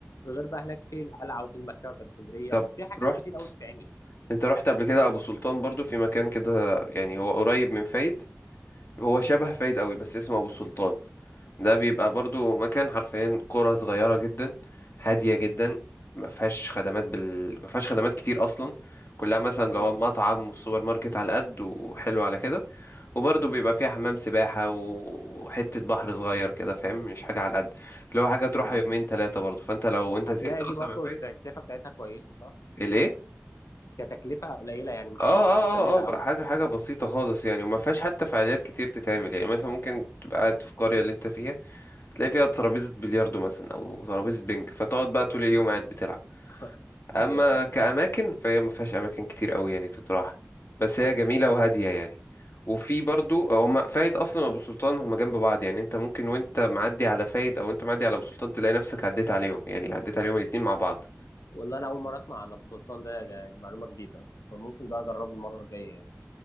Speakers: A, on the left; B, on the left.
A: غير بقى هناك في القلعه وفي المكتبه بتاعت اسكندريه
B: طب
A: في حاجات
B: رحت
A: كتير قوي تتعمل
B: أنت رحت قبل كده أبو سلطان برضو في مكان كده يعني هو قريب من فايد هو شبه فايد قوي بس اسمه ابو السلطان ده بيبقى برضو مكان حرفيا قرى صغيرة جدا هادية جدا ما فيهاش خدمات بال ما فيهاش خدمات كتير اصلا كلها مثلا لو
A: مم.
B: مطعم وسوبر ماركت على قد وحلو على كده وبرضه بيبقى فيها حمام سباحة وحتة بحر صغير كده فاهم مش حاجة على قد اللي هو حاجة تروحها
A: مم.
B: يومين ثلاثة برضه فانت لو انت
A: هتلاقي
B: زهقت
A: دي
B: اصلا
A: برضه
B: من فايد
A: التكلفه بتاعتها كويسه صح؟
B: الايه
A: كتكلفه قليله يعني مش
B: اه اه
A: مش مكلفه
B: اه اه بقى
A: قوي
B: حاجة حاجة بسيطة خالص يعني وما فيهاش حتى فعاليات كتير تتعمل يعني مثلا ممكن تبقى قاعد في القرية اللي انت فيها تلاقي فيها ترابيزة بلياردو مثلا أو ترابيزة بينج فتقعد بقى طول اليوم قاعد بتلعب
A: <laughs> ايوه
B: أما
A: ايوه
B: كأماكن فهي ما فيهاش أماكن كتير أوي يعني تتراح بس هي جميلة وهادية
A: مم.
B: يعني وفي برضو هما فايد أصلا وأبو سلطان هما جنب بعض يعني أنت ممكن وأنت معدي على فايد أو أنت معدي على أبو سلطان تلاقي نفسك عديت عليهم يعني عديت عليهم الاتنين مع بعض
A: والله انا اول مره اسمع عن ابو سلطان ده ده معلومه جديده فممكن بقى اجربه المره الجايه يعني